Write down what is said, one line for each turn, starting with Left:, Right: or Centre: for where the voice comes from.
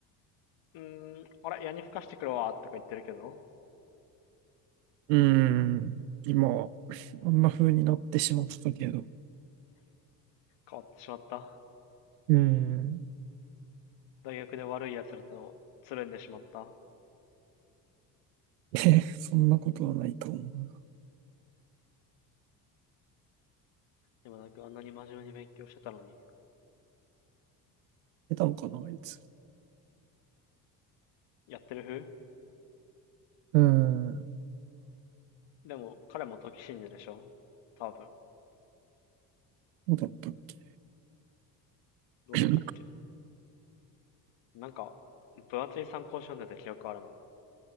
Left: うーん、あれ矢に吹かしてくるわ、とか言ってるけど、
Right: うーん、今、あんな風になってしまったけど。
Left: 変わってしまった。
Right: うーん。
Left: 大学で悪い奴らとつるんでしまった。
Right: え、<laughs> そんなことはないと思うが。
Left: 山田くんあんなに真面目に勉強してたのに。
Right: 出たのかな、あいつ。
Left: やってる風
Right: うーん、
Left: でも、彼も時信者でしょ多分。
Right: どうだったっけ。
Left: どうだったっけ
Right: <coughs>
Left: なんか、分厚い参考書読んでた記憶あるな。